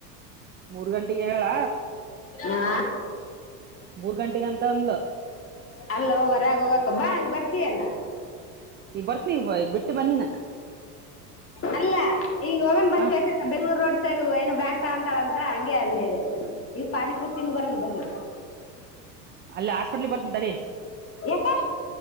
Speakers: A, on the right; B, on the left.
A: ಮೂರ್ ಗಂಟಿಗ ಹೇಳ್ಯಳ
B: ಹಾ
A: ಮೂರ್ ಗಂಟಿಗೆ ಅಂತ ಅಂದ್ಲ.
B: ಅಲ್ಲ ಹೊರಾಗ ಹೋಗಕ್ ಬಾ ಹಂಗ್ ಬರ್ತಿಯೆನ್.
A: ಈಗ ಬರ್ತೀನ ಬಿಟ್ಟ ಮನಿನ.
B: ಅಲ್ಲ ಈಗ ಹೋಗನ ಬ <unintelligible>
A: ಹಾ
B: ಬೆಂಗ್ಳೂರ್ ರೋಡ್ ಸೈಡ್ ಏನು ಬ್ಯಾಗ ತಾಂತಳಂತ ಹಂಗೆ ಅಲ್ಲೇ ಇವ ಪಾನಿಪುರಿ ತಿಂದ ಬರನ್ ಬರ್ರಿ.
A: ಅಲ್ಲ ಹಾಸ್ಪೆಟ್ಲ್ಗ ಬರ್ತನಿ ತಡಿ.
B: ಏಕೆ.